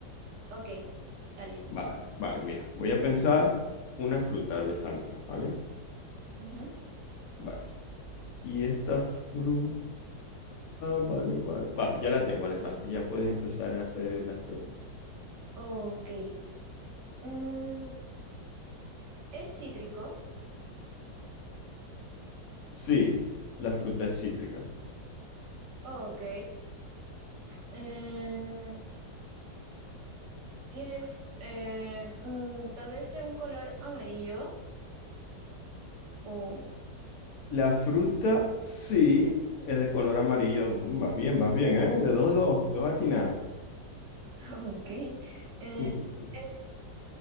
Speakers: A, on the right (about 50°); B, on the left (about 70°).
A: ok. Dale.
B: Vale, vale, mira, voy a pensar una fruta, Alessandra, ¿vale?
A: Ujú.
B: Vale. Y esta fruta, vale, vale, vale, ya la tengo, Alessandra, ya puedes empezar a hacer las preguntas.
A: Ok. Mm, ¿es cítrico?
B: Sí, la fruta es cítrica.
A: Ok. Em, ¿tiene f- eh, mm, tal vez de un color amarillo? O
B: La fruta, sí, es de color amarillo. Mm, Vas bien, vas bien, ¿eh? De dos, dos, dos atinadas.
A: <laughs> Ok. Eh, eh,
B: <laughs>